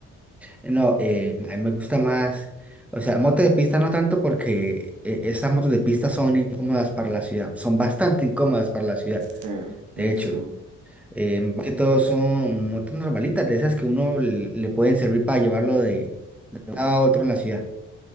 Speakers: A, in the centre; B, on the right.
A: No, eh, a mí me gusta más, o sea, motos de pista no tanto porque eh, esas motos de pista son incómodas para la ciudad, son bastante incómodas para la ciudad,
B: Sí,
A: de
B: sí,
A: hecho.
B: sí. sí.
A: Eh, más que todo son motos normalitas, de esas que uno le, le pueden servir para llevarlo de un lado a otro en la ciudad.